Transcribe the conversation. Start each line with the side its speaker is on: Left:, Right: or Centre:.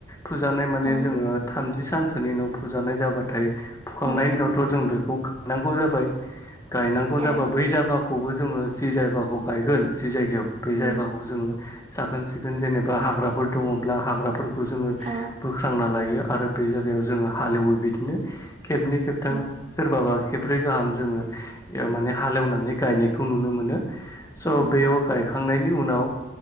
Left: फुजानाय माने
Right: औ
Left: जोङो थाम सोरनि उनाव फुजानाय जाबाथाय फुखांनायनि
Right: औ
Left: उनावथ' जों बेखौ गायनांगौ जाबाय गायनांगौ
Right: औ
Left: जाबा बै जायगाखौबो जोङो सि जायगाखौ गायगोन जि जायगायाव बे
Right: उम
Left: जायगाखौ जोङो साखोन सिखोन जेनेबा हाग्राफोर दङब्ला हाग्राफोरखौ जोङो ओ
Right: औ
Left: बोख्रांना लायो आरो बे जायाव जोङो हालेवो बिदिनो खेबनै खेबथाम
Right: औ
Left: सोरबा बा खेब्रै गाहाम जोङो माने हालेवनानै गायनायखौ नुनो मोनो स'
Right: उम
Left: बेयाव गायखांनायनि उनाव